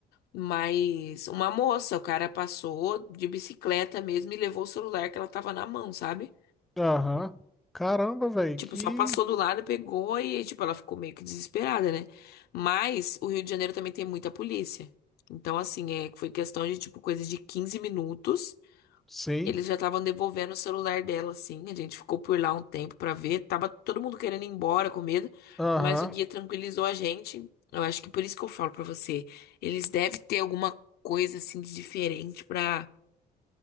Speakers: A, on the left; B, in the centre.
A: Mas uma moça, o cara passou de bicicleta mesmo e levou o celular que ela tava na mão, sabe?
B: Aham. Caramba, velho,
A: Tipo,
B: que
A: só passou do lado, pegou e, tipo, ela ficou meio que desesperada, né? Mas o Rio de Janeiro também tem muita polícia. Então, assim, é, foi questão de, tipo, coisa de 15 minutos.
B: Sim.
A: Eles já estavam devolvendo o celular dela, assim. A gente ficou por lá um tempo pra ver. Tava todo mundo querendo ir embora com medo,
B: Aham.
A: mas o guia tranquilizou a gente. Eu acho que por isso que eu falo pra você, eles devem ter alguma coisa assim de diferente pra